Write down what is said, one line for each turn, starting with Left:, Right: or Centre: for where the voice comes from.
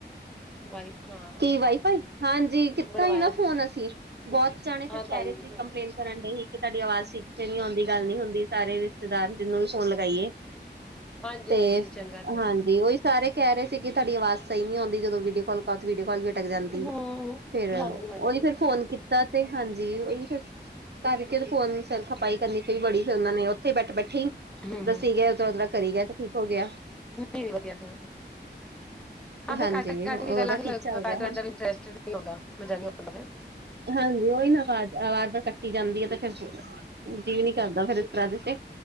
Centre: ਵਾਈ ਹਾਂ
Right: ਕੀ, ਵਾਈ-ਫਾਈ, ਹਾਂਜੀ, ਕੀਤਾ
Centre: ਬਣਵਾਇਆ
Right: ਹੀ ਨਾ ਫੋਨ ਅਸੀਂ। ਬਹੁਤ ਜਾਣੇ, ਫੇਰ
Centre: ਹਾਂ
Right: ਕਹਿ
Centre: ਤਾਈ
Right: ਰਹੇ ਸੀ।
Centre: ਤਾਈ
Right: ਕੰਪਲੇਂਟ, ਕਰਨ ਡੇ ਕਿ ਤੁਹਾਡੀ ਆਵਾਜ਼ ਸਿੱਖ ਕੇ ਨੀ ਆਉਣ ਦੀ ਗੱਲ ਨੀ ਹੁੰਦੀ, ਸਾਰੇ ਰਿਸ਼ਤੇਦਾਰ, ਜਿਹਨੂੰ ਵੀ ਫੋਨ ਲਗਾਈਏ।
Centre: ਹਾਂਜੀ
Right: ਤੇ,
Centre: ਹਾਂਜੀ ਚੰਗਾ ਤੇ
Right: ਹਾਂਜੀ, ਉਹੀ ਸਾਰੇ ਕਹਿ ਰਹੇ ਸੀ ਕਿ ਤਾਡੀ ਆਵਾਜ਼ ਸਹੀ ਨੀ ਆਉਂਦੀ ਜਦੋਂ ਵੀਡੀਓ ਕਾਲ ਕ ਵੀਡੀਓ ਕਾਲ ਵੀ ਅਟਕ ਜਾਂਦੀ।
Centre: ਹੂੰ
Right: ਫੇਰ
Centre: ਹਾਂਜੀ
Right: ਉਹਦੀ
Centre: ਹਾਂਜੀ
Right: ਫਿਰ ਫੋਨ ਕੀਤ ਸਾਤੇ ਹਾਂਜੀ, ਉਹੀ ਫੇਰ ਕਰਕੇ ਫੋਨ ਸਿਰ ਖਪਾਈ ਕਰਨੀ ਪਈ ਬੜੀ ਉਹਨਾ, ਨੇ ਉੱਥੇ ਹੀ ਬੈਠੇ ਬੈਠੇ
Centre: ਹੂੰ ਹੂੰ
Right: ਦੱਸੀ ਗਏ ਉਹ ਅਲੱਗ ਕਰੀ ਗਿਆ ਤੇ ਠੀਕ ਹੋ ਗਿਆ।
Centre: ਨਹੀ ਵਧੀਆ, ਤਾਂ ਹਾਂ, ਫੇਰ
Right: ਹਾਂਜੀ
Centre: ਕੱਟ ਕੇ
Right: ਉਹਦਾ
Centre: ਕਟ ਕੇ ਗੱਲਾਂ,
Right: ਠੀਕ ਚੱਲ ਰਿਹਾ ਹੁਣ
Centre: ਇੰਟਰਸਟ ਨੀ ਆਉਂਦਾ, ਮਜਾ ਨੀ ਆਂਦਾ ਫਿਰ
Right: ਹਾਂਜੀ, ਉਹੀ ਨਾ ਆਵਾਜ਼ ਆਵਾਜ਼, ਕੱਟੀ ਜਾਂਦੀ ਹੈ। ਤੇ ਜੀਅ ਨੀ ਕਰਦਾ ਫਿਰ ਇਸ ਤਰ੍ਹਾਂ ਦੇ,